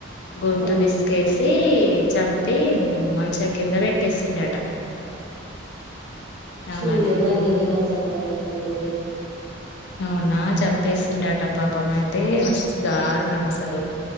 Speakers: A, on the left (about 55°); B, on the right (about 55°).
A: గొంతు
B: అవును
A: బిస్కేసీ చంపీ మ్ మంచం కింద పెట్టేసిండ్రట.
B: చూల్లేదండి
A: ఆమెని ఘోర్
B: నేనసలు వాల్ల యువ్టూబె.
A: ఔనా చంపేసిండ్రట పాపమైతే మస్త్ దార్ణమసలు.